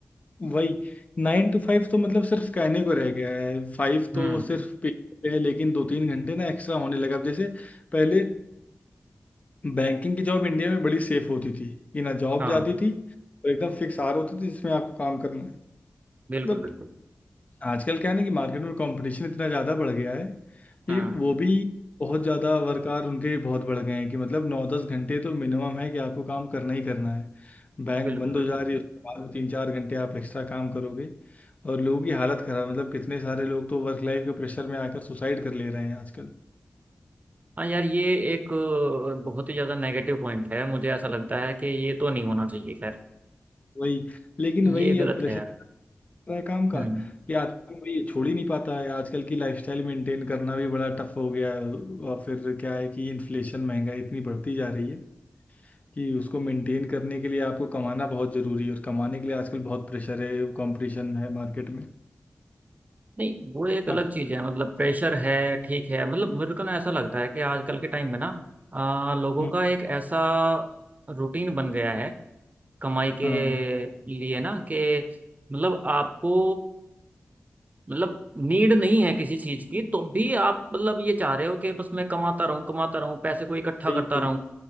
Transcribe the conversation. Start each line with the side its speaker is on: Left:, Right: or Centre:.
Left: वही नाइन टू फाइव तो मतलब सिर्फ कहने को रह गया है फाइव
Right: हम्म
Left: तो सिर्फ पेपर पे है लेकिन दो तीन घंटे ना एक्स्ट्रा होने लगा अब जैसे पहले बैंकिंग की जॉब इंडिया में बड़ी सेफ होती थी कि ना जॉब
Right: हाँ
Left: जाती थी और एकदम फिक्स आर होती थी जिसमें आपको काम करना
Right: बिल्कुल
Left: है
Right: बिल्कुल
Left: आजकल क्या है ना कि मार्केट में कंपटीशन इतना ज़्यादा बढ़ गया है कि
Right: हम्म
Left: वो भी बहुत ज़्यादा वर्क आवर उनके बहुत बढ़ गए हैं कि मतलब नौ दस घंटे तो मिनिमम है कि आपको काम करना ही करना है बैंक
Right: बिल्कुल
Left: बंद
Right: बिल्कुल
Left: हो जा रही है उसके बाद भी तीन चार घंटे आप एक्स्ट्रा काम करोगे और लोगों की हालत खराब मतलब कितने सारे लोग तो वर्क लाइफ के प्रेशर में आकर सुसाइड कर ले रहे हैं आजकल
Right: हाँ यार ये एक अ, बहुत ही ज्यादा नेगेटिव पॉइंट है मुझे ऐसा लगता है कि ये तो नहीं होना चाहिए खैर
Left: वही लेकिन वही
Right: ये गलत
Left: अब प्रेशर
Right: है यार
Left: है काम का
Right: हम्म
Left: कि आदमी भाई छोड़ ही नहीं पाता है आजकल की लाइफस्टाइल मेंटेन करना भी बड़ा टफ हो गया है और फिर क्या है कि इन्फ्लेशन महंगाई इतनी बढ़ती जा रही है कि उसको मेंटेन करने के लिए आपको कमाना बहुत ज़रूरी है और कमाने के लिए आजकल बहुत प्रेशर है कंपटीशन है मार्केट में
Right: नहीं वो एक अलग
Left: अब-
Right: चीज है मतलब प्रेशर है ठीक है मतलब मेरे को ना ऐसा लगता है कि आजकल के टाइम में ना आ, लोगों
Left: हम्म,
Right: का एक ऐसा रूटीन बन गया है कमाई के
Left: हाँ
Right: लिए ना कि मतलब आपको मतलब नीड नहीं है किसी चीज की तो भी आप मतलब ये चाह रहे हो कि बस मैं कमाता रहूं कमाता रहूं पैसे को इकट्ठा
Left: वही
Right: करता
Left: वही